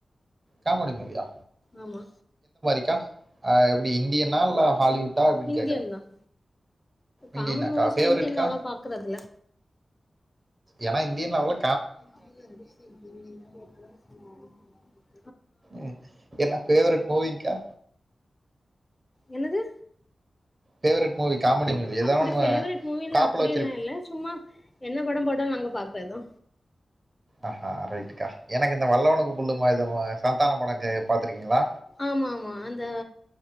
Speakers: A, on the right; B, on the left.
A: காமெடி மூவியா
B: ஆமா
A: சா ஆ நி இந்தியனா இல்ல ஹாலிவுட்டா அப்டின்
B: இந்தியன்
A: கேக்கற
B: தான்
A: இந்தியனாகா
B: காமெடி மூவிஸ்னா
A: ஃபேவரைட்கா
B: இந்தியன்ல அவ்ளவா பாக்குறதுல்ல
A: ஏனா இந்தியன்லா அவ்ளோ
B: <inaudible>
A: ம் என்ன ஃபேவரைட் மூவி க்யா
B: என்னது
A: ஃபேவரைட் மூவி காமெடி மூவி ஏதாவது
B: அப்டி
A: ஒன்று
B: ஃபேவரெட் மூவிலா
A: டாப்ல
B: அப்படி
A: வச்சிருப்பீங்க
B: எல்லா இல்ல சும்மா என்ன படம் போட் டாலு நாங்க பாக்றதுதா
A: அஹா ரைட்டுக்கா எனக்கு இந்த வல்லவனுக்கு புல்லும் ஆயுதம் சந்தானம் படம் க பாத்ருக்கீங்களா
B: ஆம்மாம்மா அந்த